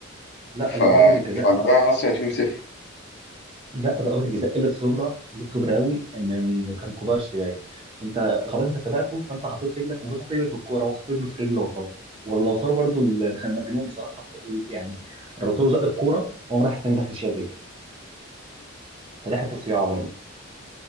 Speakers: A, on the right (about 25°); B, on the left (about 55°).
A: لا
B: ف...
A: لا ضربه الجزاء
B: فانا رايح اصلا 2-0
A: لا ضربه الجزاء قله خبره قله خبره قوي من كان كوبارسي باين انت خلاص انت سبقته فانت حطيت رجلك المفروض تحط رجلك في الكوره وحط رجله في رجل لوتارو والله لوتارو برضو المجنون <laughs> بصراحه حط ال- يعني لوتارو زق الكوره وقام راح التاني داخل شايل رجله فدي حته صياعه برضه <laughs>